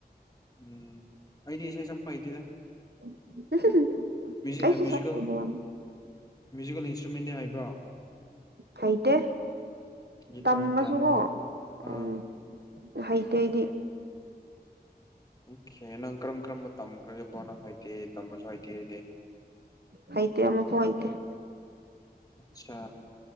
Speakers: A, on the left (about 20°); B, on the right (about 75°).
A: ꯎꯝ ꯑꯩꯗꯤ ꯏꯁꯩ ꯁꯛꯄ ꯍꯩꯇꯦꯗ
B: <inaudible>
A: ꯃꯨ꯭ꯌꯖꯤꯛ
B: ꯑꯩꯁꯨ
A: ꯑ ꯃ꯭ꯌꯨꯖꯤꯀꯦꯜ
B: ꯁꯛꯄꯅꯦ ꯌꯥꯝ
A: ꯃꯌꯨ꯭ꯖꯤꯀꯦꯜ ꯏꯟꯁꯇ꯭ꯔꯨꯃꯦꯟꯗꯤ ꯍꯥꯏꯕ꯭ꯔꯣ
B: ꯍꯩꯇꯦ
A: ꯒꯤꯇꯔ
B: ꯇꯝꯃꯁꯨꯀꯣ
A: ꯄꯤꯌꯥꯅꯣ ꯑꯥ
B: ꯎꯝ ꯍꯩꯇꯦ ꯑꯩꯗꯤ
A: ꯑꯣꯈꯦ ꯅꯪ ꯀꯔꯝ ꯀꯔꯝꯕ ꯇꯝꯒ꯭ꯔꯒꯦꯕ ꯅꯪ ꯍꯩꯇꯦ ꯇꯝꯕꯁꯨ ꯍꯩꯇꯦ ꯑꯩꯗꯤ
B: ꯍꯩꯇꯦ ꯑꯃꯐꯥꯎ ꯍꯩꯇꯦ
A: ꯑꯠꯁꯥ